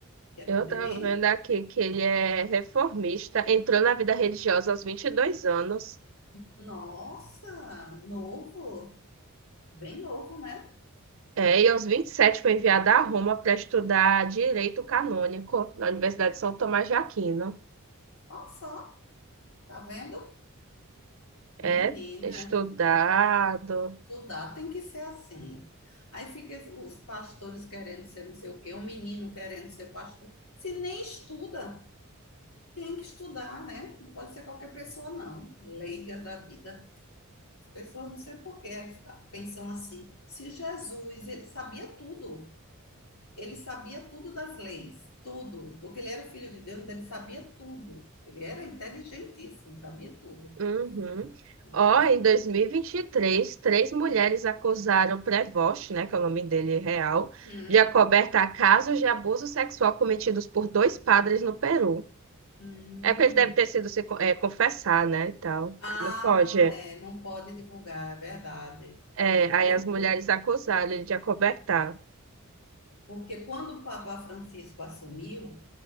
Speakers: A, on the left (about 90°); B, on the right (about 65°).
A: Que é bem,
B: Eu tava vendo aqui que ele é reformista, entrou na vida religiosa aos 22 anos,
A: nossa, novo. Bem novo, né?
B: é, e aos 27 foi enviado a Roma para estudar direito canônico na Universidade de São Tomás de Aquino.
A: Olha só, tá vendo? Menina.
B: É, estudado.
A: Estudar tem que ser assim. Aí fica os pastores querendo ser não sei o quê, um menino querendo ser pastor. Se nem estuda, tem que estudar, né? Não pode ser qualquer pessoa, não. Leiga da vida. As pessoas não sei por quê, pensam assim. Se Jesus, ele sabia tudo. Ele sabia tudo das leis, tudo. Porque ele era filho de Deus, então ele sabia tudo. Ele era inteligentíssimo, sabia tudo.
B: Uhum.
A: Mas,
B: Ó, em 2023, três três mulheres acusaram o Prevost, né, que é o nome dele real,
A: hum,
B: de acobertar casos de abuso sexual cometidos por dois padres no Peru.
A: hum.
B: É porque eles devem ter sido se co- é, confessar, né, e tal.
A: Ah,
B: Aí Não pode.
A: é, não pode divulgar, é verdade.
B: É, aí
A: Por-
B: as mulheres
A: por-
B: acusaram ele de acobertar.
A: porque quando o Papa Francisco assumiu,